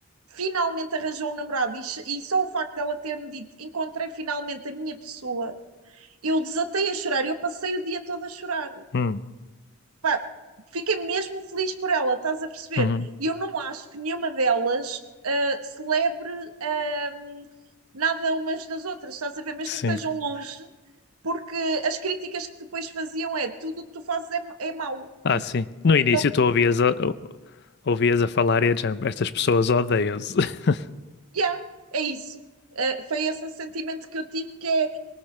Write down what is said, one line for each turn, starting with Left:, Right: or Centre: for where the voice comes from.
Right: finalmente arranjou um namorado e, e só o facto dela ter-me dito encontrei finalmente a minha pessoa, eu desatei a chorar, eu passei o dia todo a chorar
Left: uhum,
Right: pá, fiquei mesmo feliz por ela, estás a perceber?
Left: uhum.
Right: E eu não acho que nenhuma delas uh, celebre um, nada umas das outras, estás a ver? Mesmo
Left: Sim.
Right: que estejam longe, porque as críticas que depois faziam é tudo o que tu fazes é, é mau.
Left: Ah,
Right: Tipo,
Left: sim. No início
Right: então,
Left: tu ouvias
Right: foi muito
Left: a,
Right: tipo,
Left: ou- ouvias a falar e a dizer, estas pessoas odeiam-se. <laughs>
Right: yeah, é isso. Uh, foi esse sentimento que eu tive que é, uh,